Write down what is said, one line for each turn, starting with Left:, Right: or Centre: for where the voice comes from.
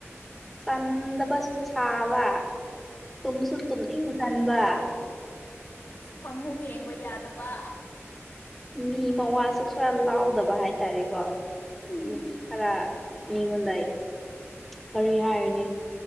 Centre: ꯇꯟꯗꯕ
Left: ꯎꯝ
Centre: ꯁꯥꯕ ꯇꯨꯝꯁꯨ ꯇꯨꯝꯅꯤꯡ ꯉꯟꯕ
Left: ꯐꯃꯨꯡ ꯌꯦꯡꯕ ꯌꯥꯗꯕ
Centre: ꯃꯤ ꯃꯋꯥꯁꯨ ꯈꯔ ꯂꯥꯎꯗꯕ ꯍꯥꯏꯇꯥꯔꯦꯀꯣ
Left: ꯎꯝ
Centre: ꯍꯥꯏꯗꯤ ꯃꯤ ꯈꯔ ꯃꯤꯉꯣꯟꯗ ꯀꯔꯤ ꯍꯥꯏꯔꯅꯤ